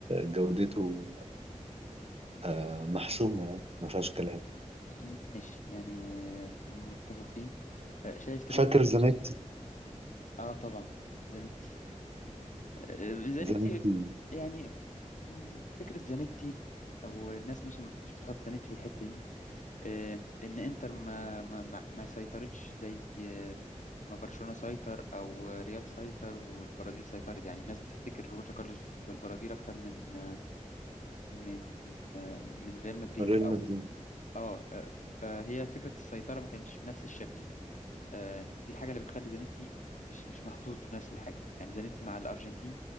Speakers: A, on the right; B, on the left.
A: جودته آه، محسومة يعني ما فيهاش كلام
B: م- ماشي يعني آه، متفقين آه، شايف ترند
A: فاكر زانيتي
B: اه طبعا زانيتي آه، زانيتي
A: زانيتي
B: يعني م، فكره زانيتي او الناس مش مش بتحط زانيتي في الحته دي آه، ان انتر ما ما ما ما سيطرتش زي آه، ما برشلونة سيطر او ريال سيطر والبرازيل سيطرت يعني الناس بتفتكر روبرتو كارلوس بالبرازيل اكتر من آه، من آه، من ريال مدريد
A: ريال
B: او
A: مدريد
B: اه آه، فهي فكرة السيطرة ما كانتش بنفس الشكل آه، دي الحاجة اللي بتخلي زانيتي مش مش محطوط في نفس الحاجة يعني زانيتي مع الارجنتين